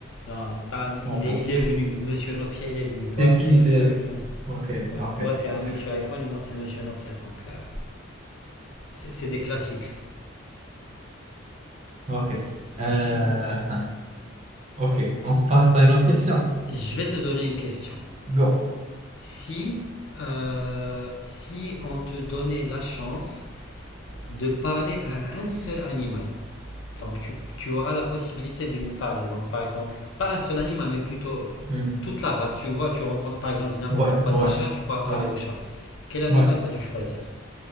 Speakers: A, on the left; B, on the right.
A: Là, Tan, il
B: D'accord.
A: est, il est venu. Monsieur Nokia, il est venu. Toi,
B: C'est
A: mais c'est
B: qui,
A: Monsieur
B: c'est.
A: iPhone.
B: Ok.
A: Ouais,
B: Ok.
A: toi, c'est
B: Ok.
A: Monsieur iPhone et moi, c'est Monsieur Nokia. Donc, euh, c'est c'est des classiques.
B: Ok.
A: Sinon,
B: Euh, Ok. On passe à une autre question.
A: je vais te donner une question.
B: Go.
A: Si, euh, si on te donnait la chance de parler à un seul animal, Donc tu, tu auras la possibilité de lui parler. Donc par exemple, pas un seul animal, mais plutôt euh,
B: Hmm.
A: toute la race. Tu vois, tu rencontres par exemple, je dis n'importe
B: Ouais.
A: quoi,
B: Ouais.
A: des chats, tu pourras parler
B: Ouais.
A: aux chats. Quel animal
B: Ouais.
A: vas-tu choisir